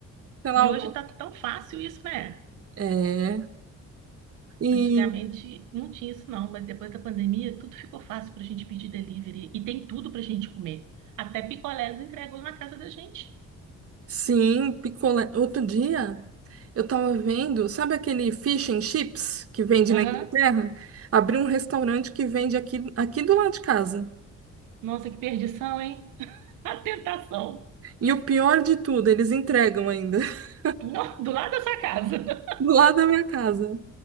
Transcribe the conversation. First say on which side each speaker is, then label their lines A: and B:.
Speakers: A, on the right (about 50°); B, on the right (about 90°).
A: Sei lá,
B: E
A: alguma-
B: hoje tá tão fácil isso, né?
A: é. E
B: Antigamente não tinha isso não, mas depois da pandemia tudo ficou fácil pra gente pedir delivery e tem tudo pra gente comer. Até picolés entregam na casa da gente.
A: Sim, picolé. Outro dia eu tava vendo, sabe aquele fish and chips que vende
B: Aham.
A: na Inglaterra? Abriu um restaurante que vende aqui, aqui do lado de casa.
B: Nossa, que perdição, hein? A tentação.
A: E o pior de tudo, eles entregam ainda, <laughs>
B: Nó, Do lado da sua casa. <laughs>
A: do lado da minha casa.